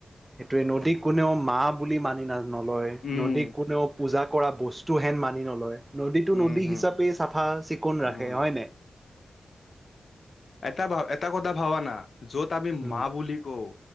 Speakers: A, on the right; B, on the left.
A: সেইটোৱে নদী কোনেও মা বুলি মানি না নলয়
B: উম
A: নদী কোনেও পূজা কৰা বস্তুহেন মানি নলয়। নদীটো
B: উম
A: নদী
B: হম
A: হিচাপে চাফা চিকুণ ৰাখে
B: উম
A: হয়নে?
B: এটা ভা এটা কথা ভাবা না। য'ত আমি
A: উম
B: মা বুলি কওঁ